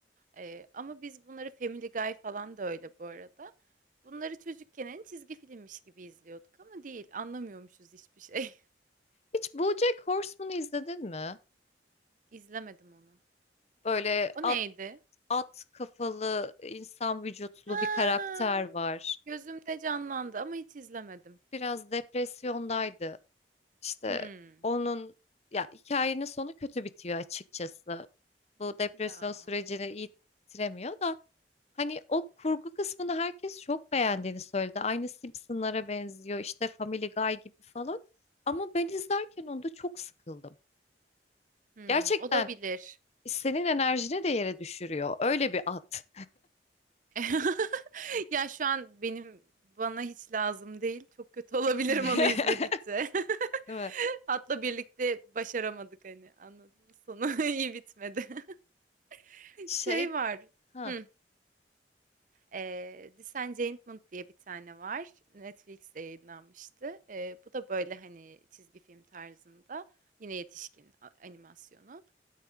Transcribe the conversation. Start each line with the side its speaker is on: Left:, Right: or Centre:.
Right: Ee, ama biz bunları Family Guy falan da öyle bu arada. Bunları çocukken en çizgi filmmiş gibi izliyorduk ama değil. Anlamıyormuşuz hiçbir şey.
Left: Hiç BoJack Horseman'ı izledin mi?
Right: <laughs> İzlemedim onu.
Left: Böyle
Right: O
Left: at,
Right: neydi?
Left: at kafalı, insan vücutlu
Right: Ha,
Left: bir karakter var.
Right: gözümde canlandı ama hiç izlemedim.
Left: Biraz depresyondaydı. İşte
Right: Hmm.
Left: onun ya hikayenin sonu kötü bitiyor açıkçası. Bu depresyon
Right: Ya.
Left: sürecini iyi bitiremiyor da hani o kurgu kısmını herkes çok beğendiğini söyledi. Aynı Simpsonlara benziyor işte Family Guy gibi falan. Ama ben izlerken onda çok sıkıldım.
Right: Hmm,
Left: Gerçekten
Right: olabilir.
Left: senin enerjini de yere düşürüyor. Öyle bir at.
Right: <laughs> Ya şu an benim bana hiç lazım değil. Çok kötü <laughs> olabilirim
Left: <laughs>
Right: onu izledikçe. <laughs>
Left: Değil mi?
Right: Hatta birlikte başaramadık hani anladın mı? Sonu <laughs> iyi bitmedi. <laughs>
Left: Şey
Right: Şey var.
Left: ha.
Right: Hı. E, Disenchantment diye bir tane var. Netflix'te yayınlanmıştı. E, bu da böyle hani çizgi film tarzında. Yine yetişkin a- animasyonu.